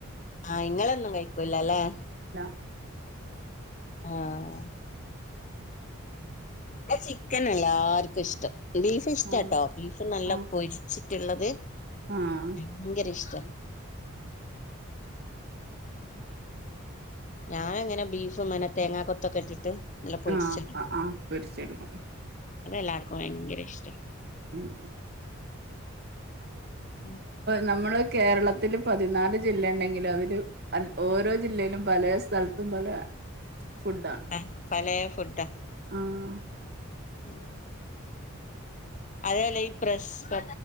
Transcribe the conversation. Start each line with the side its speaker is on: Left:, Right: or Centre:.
Left: ആഹ് ഇങ്ങളൊന്നും കഴിക്കൂലല്ലെ
Right: ല്ല
Left: ആഹ് പ്പ ചിക്കനാല്ലാർക്കും ഇഷ്ടം. ബീഫ് ഇഷ്ടാട്ടോ
Right: ആഹ്
Left: ബീഫ് നല്ല
Right: ആഹ്
Left: പൊരിച്ചിട്ടുള്ളത്
Right: ആഹ്
Left: ഭയങ്കര ഇഷ്ട ഞാനെങ്ങനെ ബീഫ്ന്നാന തേങ്ങാ കൊത്തൊക്കെട്ടിട്ട് നല്ല പൊരിച്ചെടുക്കും.
Right: ആഹ് ആഹ് ആഹ് പൊരിച്ചെടുക്കും
Left: അതെല്ലാർക്കും ഭയങ്കര ഇഷ്ട
Right: ഉം
Left: ഉം
Right: നമ്മള് കേരളത്തില് പതിനാല് ജില്ല ണ്ടെങ്കിലതില് അ ഓരോ ജില്ലയിലും പലേ സ്ഥൽത്തും പലേ ഫുഡ്ഡ്ആണ്
Left: ആ പലേ ഫുഡാ
Right: ആഹ്
Left: ഉം അതേപലെ ഈ പ്രഷ് പ